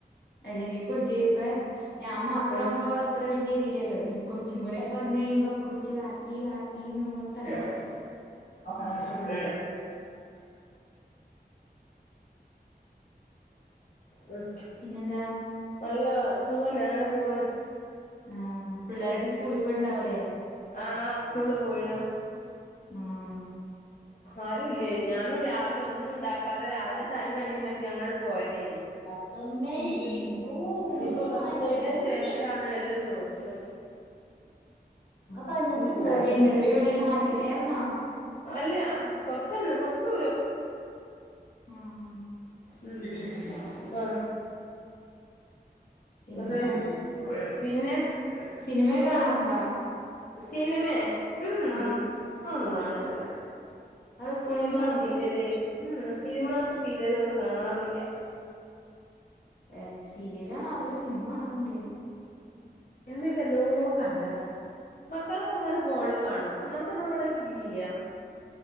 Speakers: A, on the left; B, on the left.
A: അല്ലെങ്കിൽ കൊച്ചിപ്പ ഞാൻ മാത്രംമാവുമ്പോ
B: ആഹ്
A: അത്ര വലൃഇതില്ലല്ലോ ഈ കൊച്ചുംകൂടെയായപ്പ വന്നു കഴിയുമ്പോ കൊച്ചു വാപ്പി വാപ്പിന്നപറഞ്ഞ്
B: <inaudible> ആ ഉം ഉം
A: പിന്നെന്താ
B: നല്ലതാ സുഖംതന്നെങ്ങനെപോണ്
A: ആ പിള്ളേരൊക്കെ സ്കൂളിപോയിട്ടുണ്ടാവല്ലേ
B: ആ സ്കൂളീപോയിണ്
A: ആഹ്
B: ആരുല്ലേ ഞാനും രാവിലെ ഒന്നും ഉണ്ടാക്കാതെ രാവിലെ ചായേം കടിയുണ്ടാക്കി അങ്ങട്പോയതേനി
A: <unintelligible> നുമ്മി
B: ഇപ്പോ വന്നേന്റെ
A: മാന്റെ പൊന്ന്
B: ശേഷാണ് എല്ലാം നോക്കണത്
A: അ
B: പോയിണ്
A: ഇന്റർവ്യൂ എവിടെന്നോ <unintelligible>
B: അല്ല കൊറച്ചന്നെ കൊറച്ചുദൂരം
A: ഉം
B: ഉം ആ
A: പിന്നെന്താ
B: അതെ പിന്നെ
A: സിനിമയൊക്കെ
B: ടൂറൊക്കെ
A: കാണാറുണ്ടാ
B: സിനുമേ ഉം
A: ആ
B: അതൊന്നും കാണുന്നില്ല
A: അത് ഫോണില്
B: സിനിമ
A: കാണൂലേ
B: സീരീയല് ഉം സിനിമ സീരീയലൊന്നും കാണാറില്ലാ
A: ഏ സീരിയലാണാറില്ല സിനിമ കാണാറുണ്ട്
B: സിനിമയൊക്കെ എന്നോ കണ്ടതാ മക്കളൊക്കെങ്ങനെ ഫോണില് കാണും ഒന്നാമത് നമ്മളിവിടെ ടിവി ഇല്ല്യാ